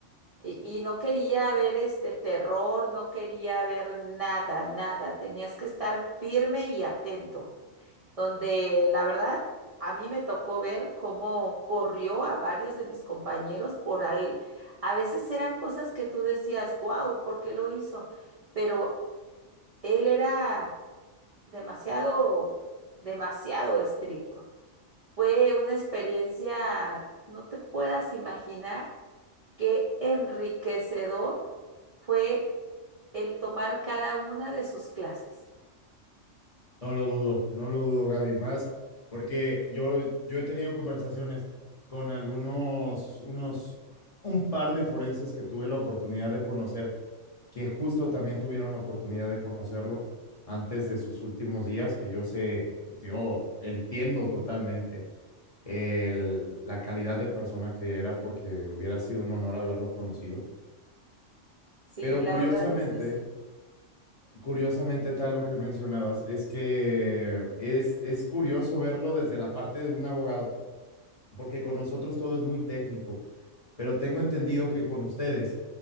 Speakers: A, on the right; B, on the left.
A: Y, y no quería ver este terror, no quería ver nada, nada. Tenías que estar firme y atento. Donde la verdad, a mí me tocó ver cómo corrió a varios de mis compañeros por al... A veces eran cosas que tú decías, wow, ¿por qué lo hizo? Pero él era demasiado, demasiado estricto. Fue una experiencia, no te puedas imaginar, qué enriquecedor fue el tomar cada una de sus clases.
B: No lo dudo, no lo dudo, Gaby, más porque yo, yo he tenido conversaciones con algunos, unos, un par de forenses que tuve la oportunidad de conocer, que justo también tuvieron la oportunidad de conocerlo antes de sus últimos días, que yo sé, yo entiendo totalmente el, la calidad de persona que era porque hubiera sido un honor haberlo conocido.
A: Sí,
B: Pero
A: la
B: curiosamente,
A: verdad es que sí.
B: Curiosamente, tal lo que mencionabas, es que es, es curioso verlo desde la parte de un abogado, porque con nosotros todo es muy técnico, pero tengo entendido que con ustedes,